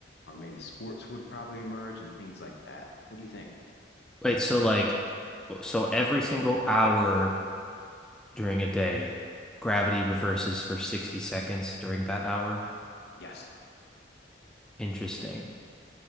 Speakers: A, on the left (about 60°); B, in the centre.
A: or maybe sports would probably emerge and things like that. What do you think?
B: Wait, so like, so every single hour during a day, gravity reverses for 60 seconds during that hour?
A: Yes.
B: Interesting.